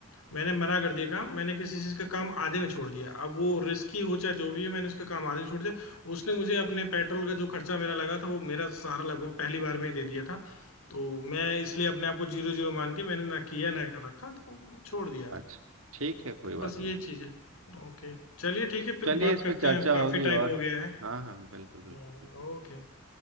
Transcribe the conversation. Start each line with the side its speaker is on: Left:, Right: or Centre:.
Left: मैंने मना कर दिया काम मैंने किसी चीज का काम आधे में छोड़ दिया अब वो रिस्की हो चाहे जो भी है मैंने उसका काम आधे में छोड़ दिया उसने मुझे अपने पेट्रोल का जो खर्चा मेरा लगा था वो मेरा सारा लगभग पहली बार में ही दे दिया था तो मैं इसलिए अपने आप को जीरो जीरो मान के मैंने ना किया ना रखा तो छोड़ दिया मैंने।
Right: अच्छा ठीक है कोई
Left: तो बस
Right: बात
Left: ये
Right: नहीं
Left: चीज है ओके चलिए ठीक है फिर
Right: चलिए
Left: बात
Right: इस
Left: करते
Right: पे चर्चा
Left: हैं काफी
Right: होगी
Left: टाइम
Right: और
Left: हो गया है
Right: हाँ हाँ बिल्कुल
Left: हम्म,
Right: बिल्कुल बिल्कुल
Left: ओके